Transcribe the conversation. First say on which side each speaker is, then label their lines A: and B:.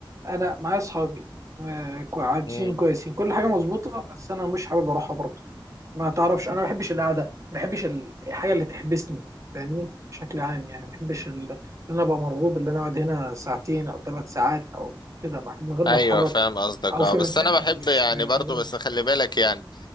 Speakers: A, on the right (about 35°); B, on the left (about 55°).
A: انا معايا اصحابي آه، كو- عايشين
B: مم.
A: كويسين كل حاجه مظبوطه بس انا مش حابب اروحها برضه ما تعرفش انا ما بحبش القعده ما بحبش ال- الحاجه اللي تحبسني فاهمني بشكل عام يعني ما بحبش ال- ان انا ابقى مرغوب ان انا اقعد هنا ساعتين او ثلاث ساعات او كده ما- من غير ما
B: ايوه
A: اتحرك
B: فاهم قصدك
A: او
B: اه
A: في
B: بس
A: مكان
B: انا
A: انا
B: بحب
A: مش
B: يعني
A: عايز
B: برضو
A: اقعد
B: بس
A: فيه
B: خلي بالك يعني